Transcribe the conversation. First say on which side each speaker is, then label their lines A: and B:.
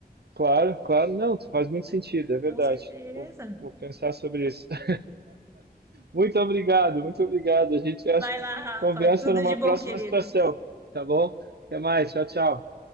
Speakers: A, on the right; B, on the right.
A: Claro, claro. Não, faz muito sentido, é verdade.
B: Com certeza.
A: Vou, vou pensar sobre isso. <laughs> Muito obrigado, muito obrigado. A gente acha-
B: Vai lá, Rafa.
A: conversa
B: Tudo
A: numa
B: de bom,
A: próxima
B: querido.
A: situação, tá bom? Até mais, tchau, tchau.